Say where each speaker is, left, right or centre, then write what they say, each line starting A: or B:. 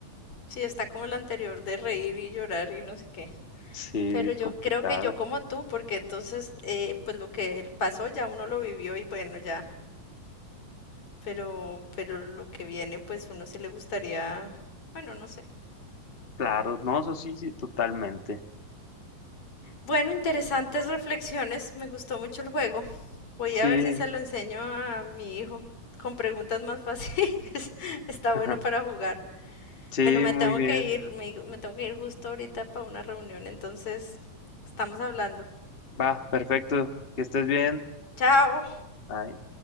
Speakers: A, on the left; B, on the left.
A: Sí, está como el anterior de reír y llorar y no sé qué.
B: Sí,
A: Pero yo
B: complicada.
A: creo que yo como tú, porque entonces, eh, pues lo que pasó ya uno lo vivió y bueno, ya pero, pero lo que viene, pues uno sí le gustaría, bueno, no sé.
B: Claro, no, eso sí, sí, totalmente.
A: Bueno, interesantes reflexiones, me gustó mucho el juego. Voy
B: Sí,
A: a ver si se lo enseño a mi hijo con preguntas más fáciles. <laughs> Está
B: <laughs>
A: bueno para jugar.
B: sí,
A: Bueno, me
B: muy
A: tengo
B: bien.
A: que ir, me, me tengo que ir justo ahorita para una reunión, entonces estamos hablando.
B: Va, perfecto. Que estés bien.
A: Chao.
B: Bye.